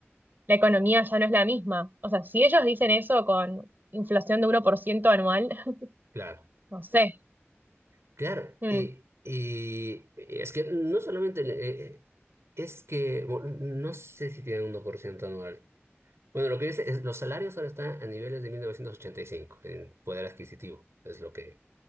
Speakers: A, on the right; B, on the right.
A: la economía ya no es la misma. O sea, si ellos dicen eso con inflación de uno por ciento anual, <laughs>
B: claro,
A: no sé.
B: claro.
A: Mm.
B: Y, y es que no solamente, eh, eh, es que, bueno, no sé si tienen un uno por ciento anual. Bueno, lo que dice es, los salarios ahora están a niveles de 1985 en poder adquisitivo, es lo que